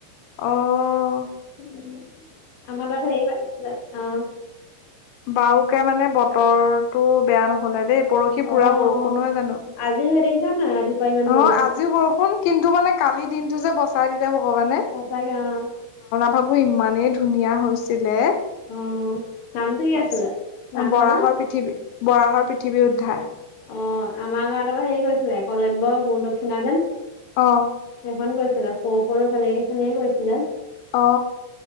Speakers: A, on the left (about 80°); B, on the left (about 40°).
A: অহ
B: উম আমাৰ তাত হেৰি পাতিছিলে অ
A: বাৰকে মানে বতৰটো বেয়া নহলে দেই পৰহি
B: অ',
A: পুৰা বৰষুণ
B: অ
A: নহয় জানো।
B: আজিও সেই দেখিছা নাই ৰাতিপুৱা ইমান
A: অ
B: বৰষুণ,
A: আজিও বৰষুণ কিন্তু মানে কালি দিনতটো যে বচাই দিলে ভগৱানে।
B: সচাঁকে অ।
A: কথাবোৰ ইমানেই ধুনীয়া হৈছিলে।
B: অ। নামটো কি
A: তাৰ
B: আছিলে?
A: পিছত
B: নাটখনৰ?
A: বৰাহৰ পৃথিৱী বৰাহৰ পৃথিৱী উদ্ধাৰ।
B: অ আমাৰ গাঁৱত আকৌ হেৰি কৰিছিল একলব্য গুৰু দক্ষিণা যেন।
A: অ
B: সেইখন কৈছিলে ফ ফৰু ছালে এইখিনিয়ে কৈছিলে।
A: অ